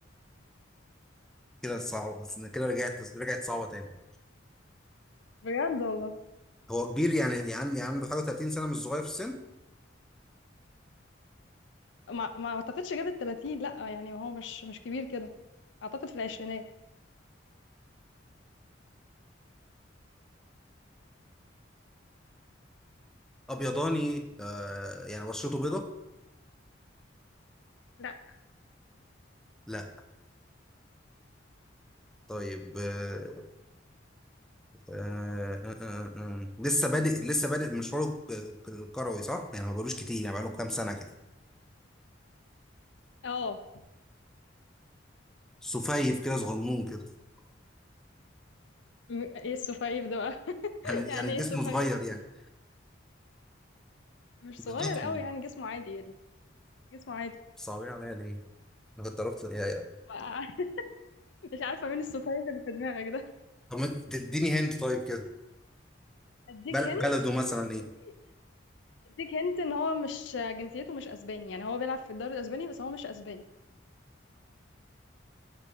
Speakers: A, in the centre; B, on the left.
A: كده صعب كده رجعت رجعت صعبة تاني
B: بجد والله
A: هو كبير يعني يعني يعني عنده حاجة 30 سنة مش صغير في السن
B: ما ما اعتقدش جاب ال 30 لا يعني هو مش مش كبير كده اعتقد في العشرينات
A: ابيضاني آه، يعني بشرته بيضة
B: لا
A: لا طيب آه، آه، آه، آه، آه. آه، آه. لسه بادئ لسه بادئ مشواره الك- الكروي صح؟ يعني ما بقالوش كتير يعني بقاله كام سنة كده
B: اه
A: سفيف كده صغنون كده <laughs>
B: م- ايه السفايف ده بقى <laughs>
A: يعني
B: يعني
A: يعني جسمه
B: ايه السفايف
A: صغير يعني
B: دي مش
A: مش
B: صغير
A: ضخم
B: قوي
A: يعني
B: يعني جسمه عادي جسمه عادي
A: صعبين عليا ليه؟ انا كنت عرفت يعني-
B: بقى- <laughs> مش عارفه مين السفايف اللي في دماغك ده
A: طب ما تديني هند طيب كده
B: اديك
A: بل-
B: هنت
A: بلده مثلا ايه؟
B: اوكي اديك هنت ان هو مش جنسيته مش اسباني يعني هو بيلعب في الدوري الاسباني بس هو مش اسباني